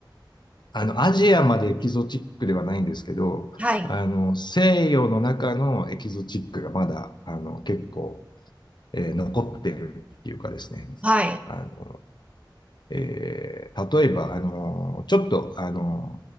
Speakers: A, on the left; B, on the right.
A: あの、アジアまでエキゾチックではないんですけど、
B: はい。
A: あの、西洋の中のエキゾチックがまだ、あの、結構、えー残ってるっていうかですね、
B: はい。
A: あの、えー例えば、あのーちょっと、あの